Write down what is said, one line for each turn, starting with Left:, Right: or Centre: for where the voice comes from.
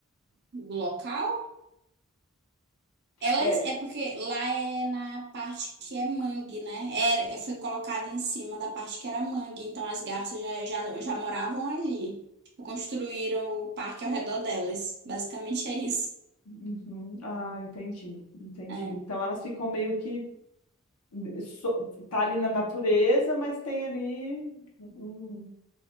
Right: Do local, elas
Left: é,
Right: é porque lá é na parte que é mangue, né? É, é- foi colocado em cima da parte que era mangue, então as garças já, já, já moravam ali. Tipo, construíram o parque ao redor delas. Basicamente é isso.
Left: Uhum. Ah, entendi, entendi.
Right: É.
Left: Então elas ficam meio que eh, so- tá ali na natureza, mas tem ali. Hum,